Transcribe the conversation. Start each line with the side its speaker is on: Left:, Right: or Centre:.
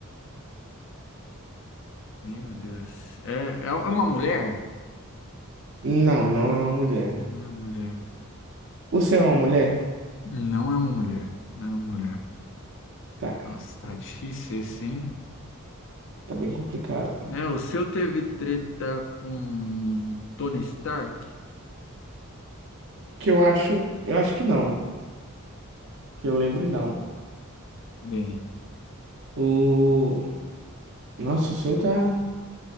Left: Meu Deus. É, é uma mulher?
Right: Não, não é uma mulher.
Left: Não é uma mulher.
Right: O seu é uma mulher?
Left: Não é uma mulher. Não é uma mulher.
Right: Tá,
Left: Nossa, tá difícil esse, hein?
Right: tá bem complicado.
Left: É, o seu teve treta com Tony Stark?
Right: Que eu acho, eu acho que não. Que eu lembre, não.
Left: Bem,
Right: O Nossa, você tá.